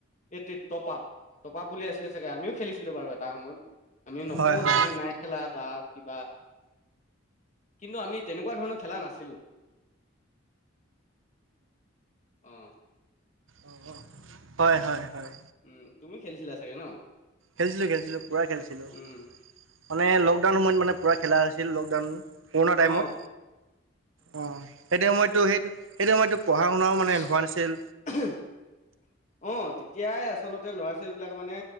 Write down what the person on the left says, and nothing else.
এইটি টপ আপ, টপ আপ বুলি আছিলে চাগে আমিও খেলিছিলো বাৰু এটা সময়ত। আমি নকও
যে আমি নাই খেলা বা কিবা কিন্তু আমি তেনেকুৱা ধৰণৰ খেলা নাছিলোঁ। অহ।
উম তুমি খেলিছিলা চাগে ন?
উম
অ
উচ
অহ অহ অ তে এতিয়াই আচলতে ল'ৰা - ছোৱালীবিলাকে মানে